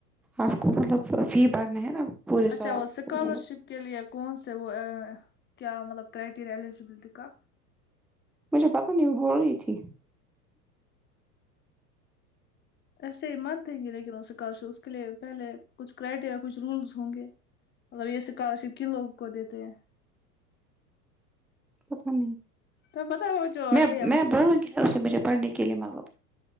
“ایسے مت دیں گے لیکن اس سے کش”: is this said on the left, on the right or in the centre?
Left